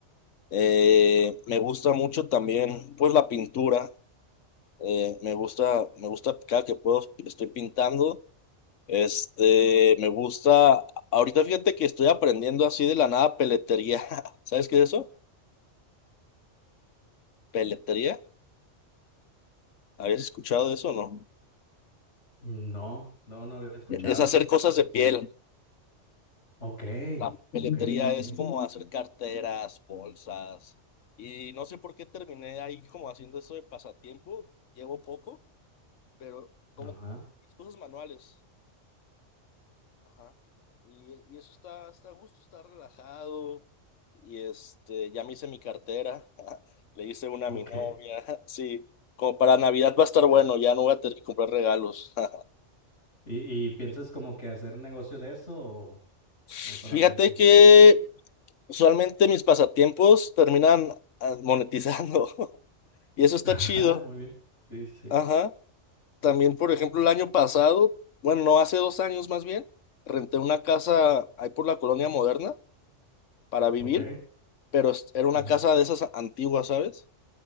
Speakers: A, on the left; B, on the left.
A: Eh, me gusta mucho también, pues, la pintura. Eh, me gusta, me gusta cada que puedo, estoy pintando. Este, me gusta. Ahorita fíjate que estoy aprendiendo así de la nada peletería. <laughs> ¿Sabes qué es eso? ¿Peletería? ¿Habías escuchado de eso o no?
B: No, no, no había escuchado.
A: Es hacer cosas de piel.
B: Ok,
A: La peletería
B: ok, ok.
A: es como hacer carteras, bolsas. Y no sé por qué terminé ahí como haciendo eso de pasatiempo. Llevo poco, pero como
B: Ajá,
A: que las cosas manuales. Ajá. Y, y eso está, está a gusto, está relajado. Y este, ya me hice mi cartera. <laughs> Le hice una
B: ok.
A: a mi novia. <laughs> Sí, como para Navidad va a estar bueno, ya no voy a tener que comprar regalos. <laughs>
B: ¿Y, y piensas como que hacer negocio de eso o,
A: Fíjate
B: o solamente?
A: que usualmente mis pasatiempos terminan ah, monetizando. <laughs>
B: <laughs>
A: Y eso está
B: Ajá,
A: chido.
B: muy bien. Sí, sí.
A: Ajá. También, por ejemplo, el año pasado, bueno, no, hace dos años más bien, renté una casa ahí por la Colonia Moderna para vivir,
B: Ok.
A: pero es- era una
B: Ajá,
A: casa de esas antiguas, ¿sabes?